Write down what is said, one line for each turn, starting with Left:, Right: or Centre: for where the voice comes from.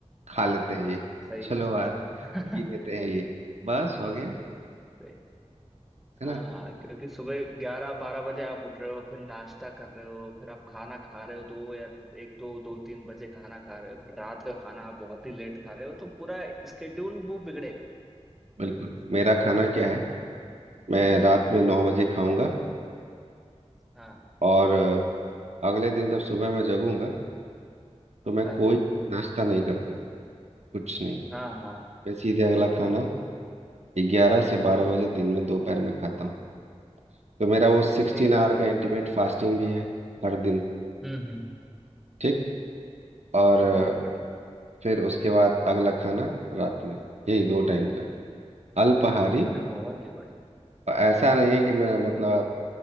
Right: खा लेते हैं ये
Centre: सही
Right: चलो यार
Centre: <laughs>
Right: पी लेते हैं ये बस हो गया
Centre: सही
Right: है
Centre: हाँ
Right: ना
Centre: क्योंकि सुबह ग्यारह बारह बजे आप उठ रहे हो फिर नाश्ता कर रहे हो फिर आप खाना खा रहे हो दो या एक दो दो तीन बजे खाना खा रहे हो फिर रात का खाना आप बहुत ही लेट खा रहे हो तो पूरा स्केड्यूल वो बिगड़ेगा
Right: बिल्कुल मेरा खाना क्या है मैं रात
Centre: हम्म
Right: में नौ बजे खाऊंगा
Centre: हाँ
Right: और अ, अगले दिन जब सुबह मैं जगूंगा तो मैं
Centre: हाँ
Right: कोई नाश्ता नहीं करता कुछ नहीं
Centre: हाँ हाँ
Right: मैं सीधे अगला खाना ग्यारह से बारह बजे दिन में दोपहर में खाता हूँ तो मेरा वो सिक्सटीन
Centre: सही है सही
Right: आवर का
Centre: है
Right: इंटीमेट
Centre: सही है
Right: फास्टिंग भी है हर दिन
Centre: हम्म हम्म
Right: ठीक और अ,
Centre: बहुत बढ़िया
Right: फिर उसके बाद अगला खाना रात में यही दो टाइम का अल्पाहारी
Centre: अरे बहुत ही बढ़िया
Right: और ऐसा नहीं है कि मेरा मतलब आप,